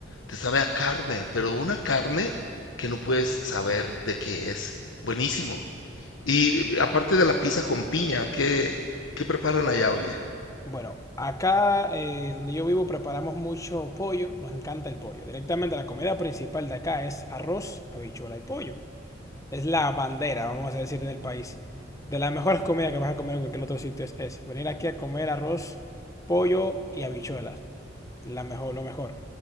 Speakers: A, on the left; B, on the left.
A: te sabe a carne, pero una carne que no puedes saber de qué es. Buenísimo. Y eh, aparte de la pizza con piña, ¿qué, qué preparan allá, oye?
B: Bueno, acá eh, donde yo vivo preparamos mucho pollo, nos encanta el pollo. Directamente la comida principal de acá es arroz, habichuela y pollo. Es la bandera, vamos a decir, del país. De las mejores comidas que vas a comer en cualquier otro sitio es esa. Venir aquí a comer arroz, pollo y habichuelas. La mejor, lo mejor.